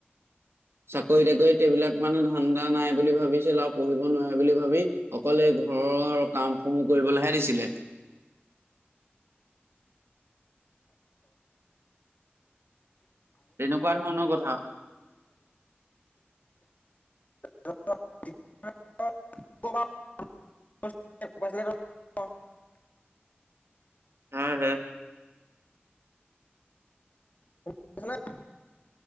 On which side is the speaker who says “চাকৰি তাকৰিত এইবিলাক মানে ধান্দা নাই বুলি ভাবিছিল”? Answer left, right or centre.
Right